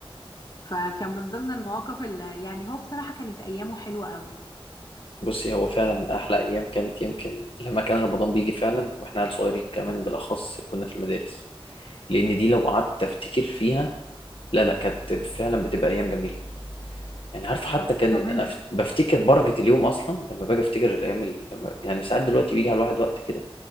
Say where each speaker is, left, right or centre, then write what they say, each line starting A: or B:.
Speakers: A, on the left; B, on the left.
A: فكان من ضمن المواقف اللي يعني هو بصراحة كانت أيامه حلوة قوي
B: بصي هو فعلا أحلى أيام كانت يمكن لما كان رمضان بيجي فعلا وإحنا عيال صغيرين كمان بالأخص كنا في المدارس لأن دي لو قعدت أفتكر فيها لا لا كانت فعلا بتبقى أيام جميلة يعني عارف حتى
A: طب
B: كان
A: طب انت
B: انا ف- بفتكر بركه اليوم اصلا لما باجي افتكر الايام ال- لما يعني ساعات دلوقتي بيجي على الواحد وقت كده